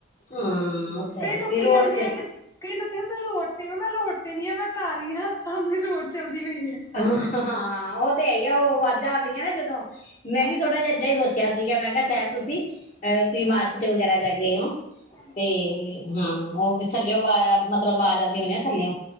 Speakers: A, on the left; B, on the left.
A: ਹਾਂ ਉਹ ਤਾਂ ਹੈ
B: ਕਈ ਲੋਕੀ
A: ਫਿਰ ਰੋਡ
B: ਕਹਿੰਦੇ
A: ਤੇ
B: ਆ ਕਿ ਕਈ ਲੋਕ ਕਹਿੰਦੇ ਰੋਡ ਨੀ ਮੈਂ ਰੋਡ ਤੇ ਨੀ ਆ ਮੈਂ ਘਰ ਹੀ ਹਾਂ ਸਾਮਨੇ ਰੋਡ ਚੱਲਦੀ ਹੋਈ ਹੈ
A: ਹਾਂ ਹਾਂ ਉਹ ਤੇ ਹੈ ਈ ਆ ਉਹ ਆਵਾਜ਼ਾਂ ਆਉਂਦੀਆਂ ਨਾ ਜਦੋਂ ਮੈਂ
B: ਹਾਂਜੀ
A: ਵੀ ਥੋੜਾ ਜਿਹਾ ਏਦਾਂ ਹੀ ਸੋਚਿਆ ਸੀਗਾ ਮੈਂ ਕਿ ਮੈ ਕਿਹਾ ਸ਼ਾਇਦ ਤੁਸੀਂ ਅ ਕੋਈ ਮਾਰਕੀਟ ਵਗੈਰਾ ਜਾ ਕੇ ਆਏ ਹੋ।
B: ਹਾਂਜੀ
A: ਤੇ ਹਾਂ ਉਹ ਥੱਲਿਓ ਆਵਾ ਮਤਲਬ ਆਵਾਜ਼ ਆਉਂਦੀ ਹੋਣੀ ਆ ਥੱਲਿਓ